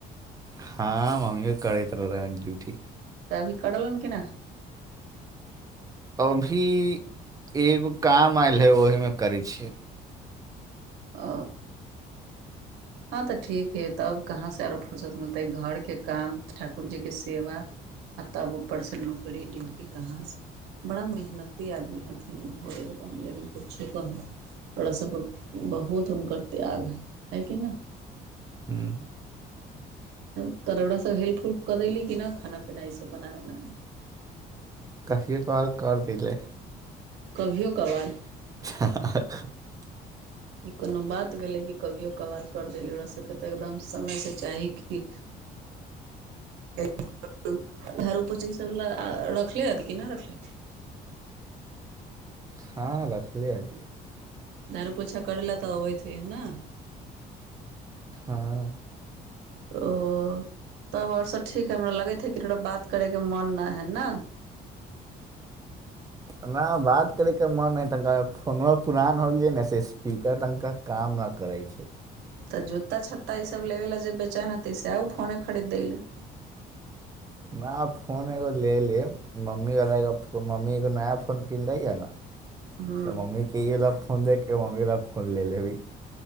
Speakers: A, on the right; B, on the right.
A: हां मम्मियों करैत रहले हे ड्यूटी
B: त अभी करलन की ना
A: अभी एगो काम आएल हय ओहीमे करै छै।
B: ओ हां त ठीक है तब कहाँ से आरो फुर्सत मिलतै घर के काम ठाकुर जी के सेवा आ तब ऊपर से नौकरी ड्यूटी कहाँ से, बड़ा मेहनती आदमी हथिन ऊ ओ एकदम लेकिन किछो कहो तोरा सब पर बहुत हुनकर त्याग है, है कि नै
A: हुं।
B: तब तोड़ा सब हेल्प उल्प क देली कि न खाना पीना ई सब बनाबे उनाबे मे
A: कभी कभार क देलै
B: कभियो कभार
A: <unintelligible>
B: ई कुनु बात भेलै कि कभियो कभार कर देलियै, तोरा सबके तऽ् एकदम समय से चाही कि की एक और उ झाड़ू पोछा ई सब लए आ रखले हैत कि न रखले हैत।
A: हां रखले हैत।
B: झाड़ू पोछा करय ल त अबैत है न
A: हाँ
B: ओ। तब और सभ ठीक है हमरा लगैत हो कि तोरा बात करयके मोन नहि हइ ने। <inaudible>
A: ना बात करे के मन है तनिका फोनो पुरान हो गेले ने से स्पीकर तनिका काम न कर। करै छै।
B: त जूत्ता छत्ता ईसभ लेबय लए जे बेचैन हेतै से आ ओ फोने खरीदै लए।
A: नया फोन एगो ले लेब मम्मीवला एगो मम्मी एगो नया फोन किनले है ने। त
B: हूँ
A: मम्मी के इवला फोन दे क मम्मी वला फोन ले लेबै।